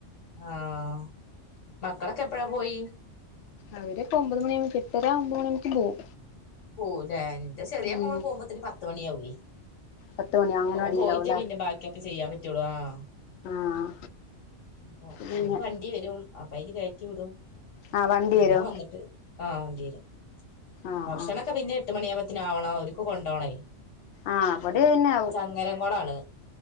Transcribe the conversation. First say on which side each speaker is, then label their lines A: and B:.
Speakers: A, on the left; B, on the left.
A: ആഹ് മക്കളൊക്കെ എപ്പഴാ പോയി?
B: അവര്പ്പൊ ഒമ്പത് മണിയാവു എട്ടരാ ഒമ്പത് മണിയാവുമ്പേക്കും പോവും
A: പോവുലെ ഇന്റെ ചെറിയ
B: ഉം
A: മോൻ പോവുമ്പത്തിന് പത്ത് മണിയാവേ
B: പത്ത് മണി അങ്ങനവാടിയിലാവുംല്ലേ
A: ഓൻ പോയിട്ടേ പിന്നെ ബാക്കിയൊക്കെ ചെയ്യാൻ പറ്റോള്ളു ആഹ്
B: ആഹ്
A: അപ്പോ
B: പിന്നെ
A: ഓന് വണ്ടി വരും അപ്പ അയില് കേറ്റി വിടും
B: ആഹ് വണ്ടി
A: പിന്നെ
B: വരോ
A: വന്നിട്ട് ആ ധീരം
B: ആഹ്
A: ഭക്ഷണൊക്കെ
B: ആഹ്
A: പിന്നെ ട്ട് മണിയാവുമ്പോത്തിന് ആവണോം ഓര്ക്ക് കൊണ്ടോണേ
B: ആഹ് ഇവിടെ
A: ഏഹ്
B: പിന്നെ ആവും
A: ചങ്ങരങ്കൊളാണ്